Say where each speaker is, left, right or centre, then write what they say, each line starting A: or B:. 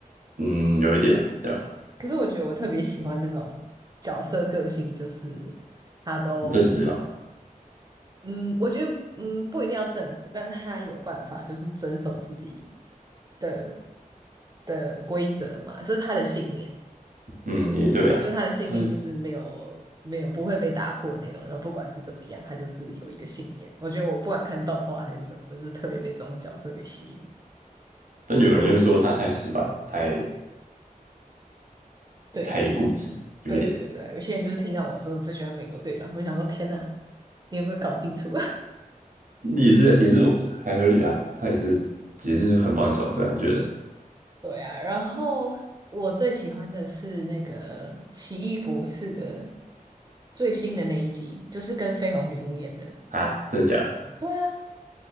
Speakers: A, on the right; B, on the right.
A: 嗯，有一点啊，对吧？
B: 可是我觉得我特别喜欢那种角色个性，就是他都，
A: 很正直嘛，
B: 嗯，我觉得，嗯，不一定要正直，但是他有办法，就是遵守自己的的规则嘛，就是他的信念，
A: 嗯，也对啊，
B: 就是他的信念就是没有没有不会被打破那种，
A: 他就，
B: 然后不管是怎么样，他就是有一个信念。我觉得我不管看动画还是什么，我就是特别被这种角色给吸引。
A: 但有人就会说他太死板，太
B: 对。
A: 太固执，有一点，
B: 对对对，有些人就是听到我说最喜欢美国队长，他们想说天呐，你有没有搞清楚？
A: 也是也是我还合理啊，他也是也是很棒的角色啊，我觉得
B: <laughs> 对啊，然后我最喜欢的是那个《奇异博士》的最新的那一集，就是跟绯红女巫演的。
A: 啊，真的假的？
B: 对啊，